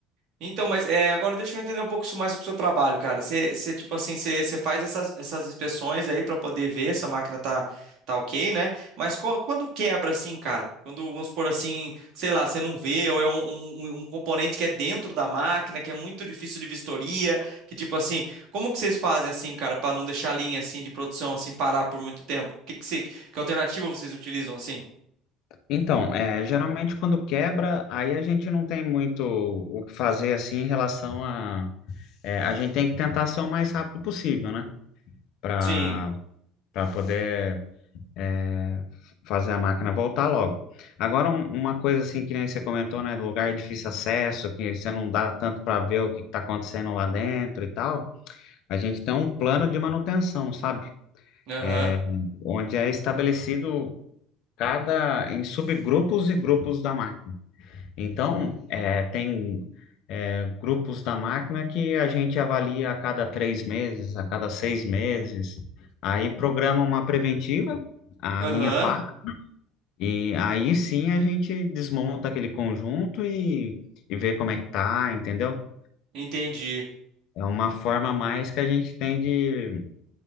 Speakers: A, on the right; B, on the left.
A: Então, mas é, agora deixa eu entender um pouco isso mais sobre o seu trabalho, cara. Você, você, tipo assim, você, você faz essas, essas inspeções aí para poder ver se a máquina tá, tá ok, né? Mas co- quando quebra assim, cara? Quando, vamos supor assim, sei lá, você não vê, ou é um, um- um um componente que é dentro da máquina, que é muito difícil de vistoria, que tipo assim, como que vocês fazem assim, cara, para não deixar a linha assim de produção assim parar por muito tempo? Que que você, que alternativa vocês utilizam assim?
B: Então, é, geralmente quando quebra, aí a gente não tem muito o que fazer assim em relação É, a gente tem que tentar ser o mais rápido possível, né? Para
A: Sim.
B: para poder é, fazer a máquina voltar logo. Agora, um- uma coisa assim que nem você comentou, né? Do lugar de difícil acesso, que você não dá tanto para ver o que está acontecendo lá dentro e tal. A gente tem um plano de manutenção, sabe?
A: Aham.
B: É, onde é estabelecido cada em subgrupos e grupos da máquina. Então, é, tem é, grupos da máquina que a gente avalia a cada três meses, a cada seis meses. Aí programa uma preventiva, a
A: Aham.
B: linha PAR, e aí sim a gente desmonta aquele conjunto e, e vê como é que tá, entendeu?
A: Entendi.
B: É uma forma a mais que a gente tem de